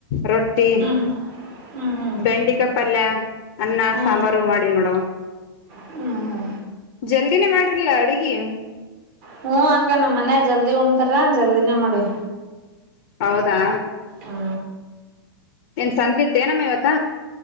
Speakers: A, on the left; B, on the right.
A: ರೊಟ್ಟಿ ಹಟ್ಟಿ
B: ಹ್ಮ್ ಹ್ಮ್ ಹ್ಮ್
A: ಬೆಂಡಿಕಾ ಪಲ್ಯ ಅನ್ನ
B: ಹ್ಮ್
A: ಸಾಂಬಾರು ಮಾಡಿದ ನೋಡುವ
B: ಹ್ಮ್ ಹ್ಮ
A: ಜಲ್ದಿನೇ ಮಾಡ್ರಲ್ಲ ಅಡುಗೆ
B: ಹ್ಮ ಅಕ ನಮ್ಮ್ ಮನ ಜಲ್ದಿ ಉಣ್ತಾರ ಜಲ್ದಿನೇ ಮಾಡಿ
A: ಹೌದಾ
B: ಹಾ
A: ಏನ್ ಸಂತ ಇತ್ತೇ ನಮ್ಮ ಇವತ್ತ